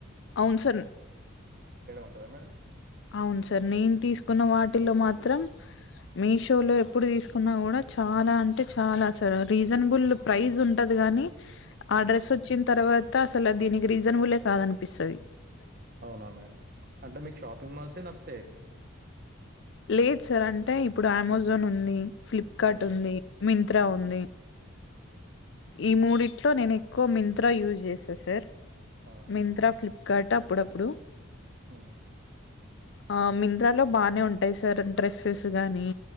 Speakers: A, on the left; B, on the right.
A: అవును సర్
B: ఉంటదా మేడం
A: అవును సర్ నేను తీసుకున్న వాట్ ఇటిల్లో మాత్రం మీషో లో ఎప్పుడు తీసుకున్నా కూడా చాలా అంటే చాలా అసలు రీజనబుల్ ప్రైస్ ఉంటది కాగాని ఆ
B: ఉమ్
A: డ్రెస్ వచ్చిన తర్వాత అసలు దీనికి రీజనబులే కాదనుకుంట పిస్తది
B: అవున మేడం అంటే మీకు షాపింగ్ మాల్సే నచ్చుతాయి అయితే
A: లేదు సార్ అంటే ఇప్పుడు అమెజాన్ ఉంది ఫ్లిప్కార్ట్
B: ఉమ్
A: ఉంది మింత్రా ఉంది
B: ఉమ్ ఉమ్
A: ఈ మూడిట్లో నేను ఎక్కువ మింత్రా యూస్ చేస్తా సార్
B: ఆ
A: మింత్రా ఫ్లిప్కార్ట్ అప్పుడప్పుడు
B: ఉమ్
A: ఆ మింత్రా లో బానే ఉంటాయి సార్ డ్రెస్సెస్ కానీ